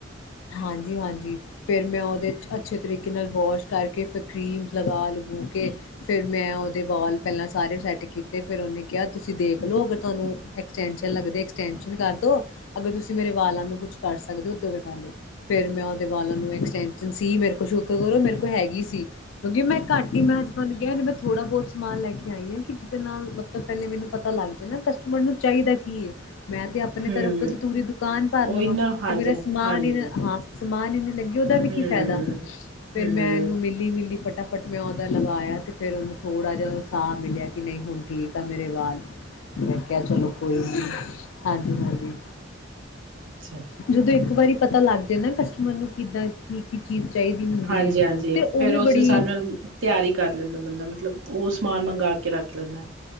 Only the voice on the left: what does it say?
ਹਾਂਜੀ-ਹਾਂਜੀ ਫਿਰ ਮੈਂ ਉਹਦੇ ਅੱਛੇ ਤਰੀਕੇ ਨਾਲ ਵੋਸ਼ ਕਰਕੇ ਫਿਰ ਕਰੀਮ ਲਗਾ ਲੁਗੇ ਕੇ ਫਿਰ ਮੈਂ ਉਹਦੇ ਵਾਲ ਪਹਿਲਾਂ ਸਾਰੇ ਸੈੱਟ ਕੀਤੇ ਫਿਰ ਉਹਨੇ ਕਿਹਾ ਤੁਸੀਂ ਦੇਖ ਲਓ ਅਗਰ ਤੁਹਾਨੂੰ ਐਕਸਟੈਂਸ਼ਨ ਲੱਗਦੇ ਐਕਸਟੈਂਸ਼ਨ ਕਰਦੋ ਅਗਰ ਤੁਸੀਂ ਮੇਰੇ ਵਾਲਾਂ ਨੂੰ ਕੁਛ ਕਰ ਸਕਦੇ ਹੋ ਉਦੋਂ ਮੈਂ ਕਰ ਲਓ ਫਿਰ ਮੈਂ ਉਹਦੇ ਵਾਲਾਂ ਨੂੰ ਐਕਸਟੈਂਸ਼ਨ ਸੀ ਮੇਰੇ ਕੋਲ ਸ਼ੁਕਰ ਕਰੋ ਮੇਰੇ ਕੋਲ ਹੈਗੀ ਸੀ। ਕਿਉਂਕਿ ਮ ਘਟ ਹੀ ਮੈਂ ਅਜ ਤੁਹਾਨੂੰ ਕਿਹਾ ਥੋੜਾ ਬਹੁਤ ਸਮਾਨ ਲੈ ਕੇ ਆਈ ਹ ਕਿ ਜਿਹਦੇ ਨਾਲ ਮਤਲਬ ਪਹਿਲੇ ਮੈਨੂੰ ਪਤਾ ਲੱਗ ਜਾ ਨਾ ਕਸਟਮਰ ਨੂੰ ਚਾਹੀਦਾ ਕੀ ਹੈ। ਮੈਂ ਤੇ ਆਪਣੇ
ਤਰਫ਼ ਤੋਂ ਤੂਰੀ ਦੁਕਾਨ ਭਰ ਲਵਾਂ।
<unintelligible>
ਸਮਾਨ
ਹੀੇ ਨਹੀ ਲੱਗਿਆ ਉਹਦਾ ਵੀ
ਕੀ ਫਾਇਦਾ ਫਿਰ
ਮੈਂ ਉਹਨੂੰ ਮਿਲੀ-ਮਿਲੀ ਫਟ ਫਟਾਫਟ ਮੈਂ ਉਹਦਾ ਲਗਾਇਆ ਫਿਰ ਉਹਨੂੰ ਥੋੜ੍ਹਾ ਜਿਹਾ ਸਾਹ ਮਿਲਿਆ ਕਿ ਨਹੀਂ ਹੁਣ ਠੀਕ ਆ ਮੇਰੇ ਵਾਲ। ਮੈਂ ਕਿਹਾਿਆ ਚਲੋ ਕੋਈ ਨਾ ਹਾਂਜੀ-ਹਾਂਜੀ
ਜਦੋਂ ਇੱਕ ਵਾਰੀ ਪਤਾ ਲੱਗ ਜੇ ਨਾ ਕਸਟਮਰ ਨੂੰ ਕਿੱਦਾਂ ਕੀ-ਕੀ ਚੀਜ਼- ਚਾਹੀਦੀ ਹੁੰਦੀ
ਹੈ ਤੇ ਉਹ
ਵੀ
ਬੜੀ